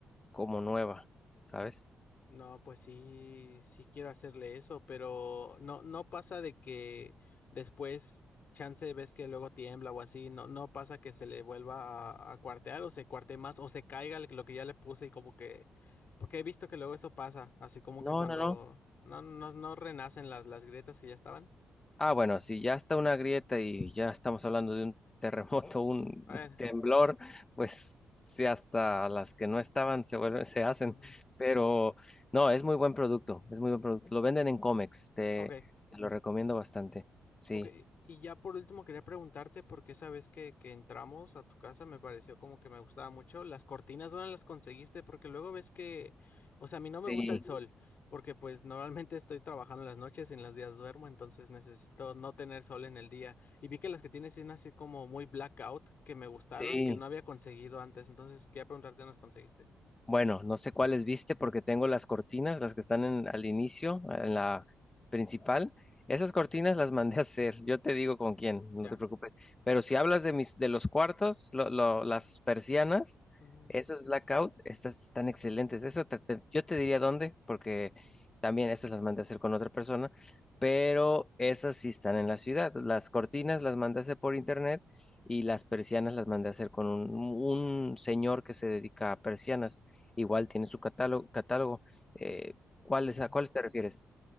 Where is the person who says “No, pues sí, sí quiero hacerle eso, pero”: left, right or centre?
Left